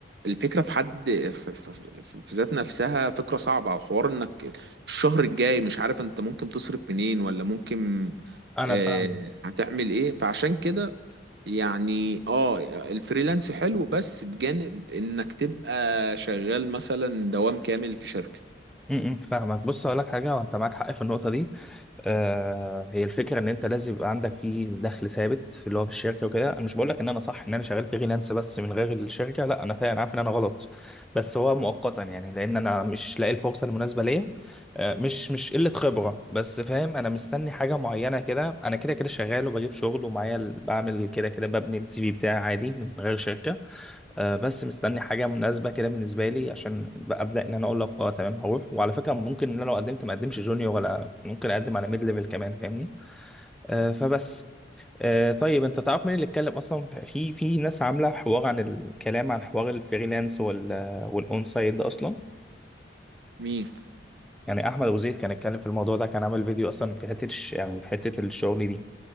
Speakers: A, on the right; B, in the centre.
A: الفكره في حد في في- في- في ذات نفسها فكره صعبه وحوار انك الشهر الجاي مش عارف انت ممكن تصرف منين ولا ممكن
B: انا
A: آه،
B: فاهمك
A: هتعمل ايه فعشان كده يعني اه الفريلانس حلو بس بجانب انك تبقى شغال مثلا دوام كامل في شركه
B: امم فاهمك بص اقول لك حاجه وانت معاك حق في النقطه دي آه هي الفكره ان انت لازم يبقى عندك فيه دخل ثابت اللي هو في الشركه وكده انا مش بقول لك ان انا صح ان انا شغال فريلانس بس من غير الشركه لا انا فعلا عارف ان انا غلط بس هو مؤقتا يعني لان انا مش لاقي الفرصه المناسبه ليا آه مش مش قله خبره بس فاهم انا مستني حاجه معينه كده انا كده كده شغال وبجيب شغل ومعايا ال- بعمل كده كده ببني السي في بتاعي عادي من غير شركه آه، بس مستني حاجه مناسبه كده بالنسبه لي عشان بقى ابدا ان انا اقول لك اه تمام هروح وعلى فكره ممكن ان انا لو قدمت ما اقدمش جونيور ولا ممكن اقدم على ميد ليفل كمان فاهمني آه، فبس آه، طيب انت تعرف مين اللي اتكلم اصلا في في ناس عامله حوار عن الكلام عن حوار الفريلانس وال والاون سايد ده اصلا
A: مين
B: يعني احمد ابو زيد كان اتكلم في الموضوع ده كان عامل فيديو اصلا في حته الش- يعني في حته الشغل دي